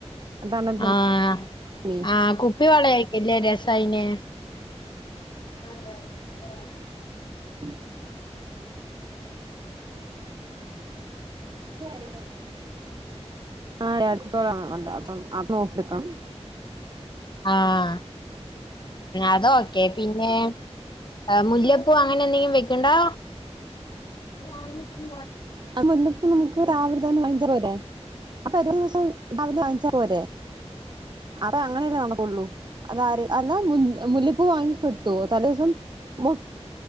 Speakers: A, on the right; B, on the left.
A: അതാണ്
B: ആഹ്
A: മീ
B: ആഹ് കുപ്പി വളായിരിക്കല്ലേ രസായിനേ <inaudible>
A: <inaudible> <unintelligible> അപ്പം അത് നോക്കി എടുക്കണം
B: ആഹ് അത് ഓക്കെ പിന്നേ ആഹ് മുല്ലപ്പൂ അങ്ങനെ എന്തെങ്കിലും വെക്ക്ണ്ടോ <unintelligible>
A: ആഹ് മുല്ലപ്പൂ നമുക്ക് രാവിലെ തന്നെ <unintelligible> അപ്പൊ അറുപത് ദിവസം രാവിലെ വങ്ങിച്ചാ പോരെ അപ്പ അങ്ങനെയല്ലേ നടക്കുള്ളൂ അതാര് അല്ല മുൽ മുല്ലപ്പൂ വാങ്ങിക്കോ ട്ടോ തലേ ദിവസം മൊ